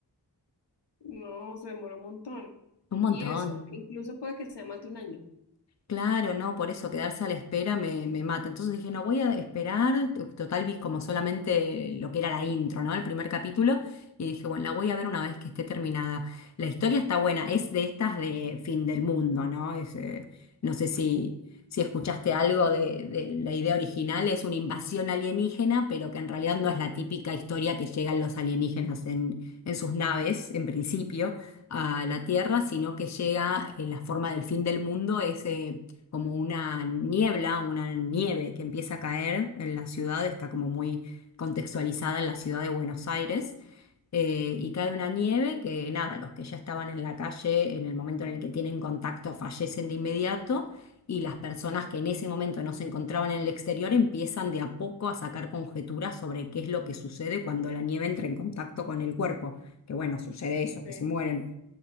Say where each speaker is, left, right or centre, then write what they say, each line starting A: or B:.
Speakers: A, on the left; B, on the left.
A: No, se demoró un montón.
B: Un montón.
A: Y eso, incluso puede que sea más de un año.
B: Claro, no, por eso quedarse a la espera me, me mata. Entonces dije, no, voy a esperar. T- Total, vi como solamente lo que era la intro, ¿no? El primer capítulo. Y dije, bueno, la voy a ver una vez que esté terminada. La historia está buena, es de estas de fin del mundo, ¿no? Es, eh, no sé si, si escuchaste algo de, de la idea original, es una invasión alienígena, pero que en realidad no es la típica historia que llegan los alienígenas en, en sus naves, en principio a la Tierra, sino que llega en la forma del fin del mundo, es como una niebla, una nieve que empieza a caer en la ciudad, está como muy contextualizada en la ciudad de Buenos Aires, eh, y cae una nieve que nada, los que ya estaban en la calle en el momento en el que tienen contacto fallecen de inmediato. Y las personas que en ese momento no se encontraban en el exterior empiezan de a poco a sacar conjeturas sobre qué es lo que sucede cuando la nieve entra en contacto con el cuerpo. Que bueno, sucede eso,
A: Ok.
B: que se mueren.